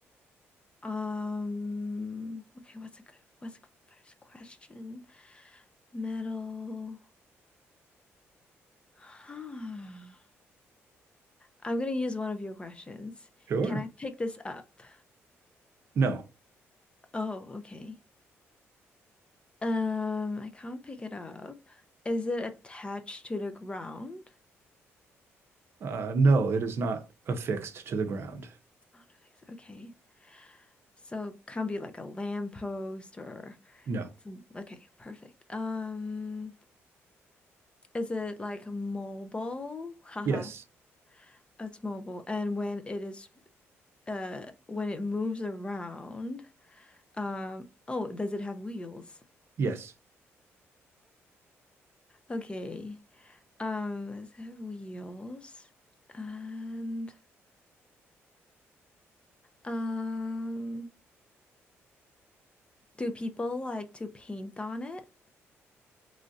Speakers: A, on the left; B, on the right.
A: Um, okay, what's a good what's a good first question? Metal. <sighs> Huh. I'm gonna use one of your questions.
B: Sure.
A: Can I pick this up?
B: No.
A: Oh, okay. Um, I can't pick it up. Is it attached to the ground?
B: Uh, no, it is not affixed to the ground.
A: I don't so. Okay. So can't be like a lamppost or
B: No.
A: some okay, perfect. Um, is it like mobile? <laughs> Haha,
B: Yes.
A: it's mobile. And when it is uh when it moves around, um oh, does it have wheels?
B: Yes.
A: Okay. Um, does it have wheels? And um Do people like to paint on it?